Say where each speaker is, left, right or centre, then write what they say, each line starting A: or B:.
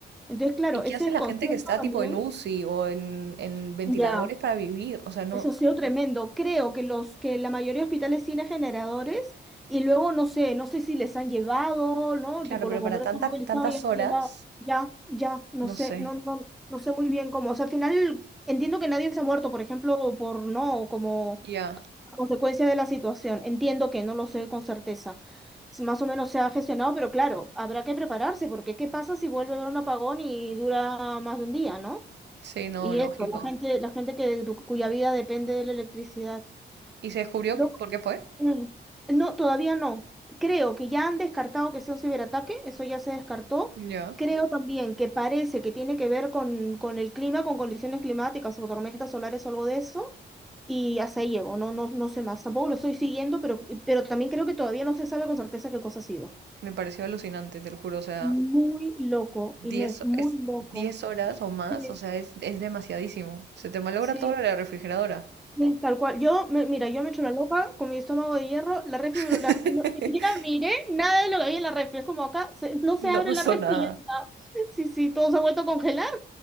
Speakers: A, in the centre; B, on the right (about 75°).
A: Entonces, claro,
B: ¿Y qué
A: ese
B: hace
A: desconcierto
B: la gente que está
A: también.
B: tipo en UCI o en, en ventiladores
A: Ya.
B: para vivir? O sea, no,
A: Eso ha sido tremendo. Creo que los que la mayoría de hospitales tienen generadores y luego no sé, no sé si les han llevado, ¿no?
B: claro,
A: Tipo
B: pero
A: los bomberos
B: para tantas
A: se han movilizado
B: tantas
A: y han
B: horas,
A: llevado. Ya, ya, no
B: no
A: sé,
B: sé.
A: no, no, no sé muy bien cómo. O sea, al final entiendo que nadie se ha muerto, por ejemplo, por no, como
B: Ya,
A: a consecuencia de la situación. Entiendo que no lo sé con certeza. Es Más o menos se ha gestionado, pero claro, habrá que prepararse, porque ¿qué pasa si vuelve a haber un apagón y dura más de un día, ¿no?
B: Sí, no,
A: Y
B: lógico.
A: eso, la gente, la gente que, du- cuya vida depende de la electricidad.
B: ¿Y se descubrió
A: No,
B: por qué fue?
A: mm, no, todavía no. Creo que ya han descartado que sea un ciberataque, eso ya se descartó.
B: Ya,
A: Creo también que parece que tiene que ver con, con el clima, con condiciones climáticas o tormentas solares o algo de eso. Y hasta ahí llego, no, no, no sé más. Tampoco lo estoy siguiendo, pero, pero también creo que todavía no se sabe con certeza qué cosa ha sido.
B: Me pareció alucinante, te lo juro. O sea,
A: Muy loco,
B: 10,
A: Inés, muy
B: es
A: loco.
B: 10 horas o más,
A: Sí,
B: o sea, es, es demasiadísimo. Se te malogra
A: sí.
B: todo lo de la refrigeradora.
A: Sí, Tal cual. Yo, me- mira, yo me echo una loca con mi estómago de hierro, la refri,
B: <laughs>
A: la- no- ni siquiera miré nada de lo que había en la refri. Es como acá, se- no se
B: No
A: abre
B: pasó
A: la refri.
B: nada.
A: y ya está. <laughs> Sí, sí, todo se ha vuelto a congelar.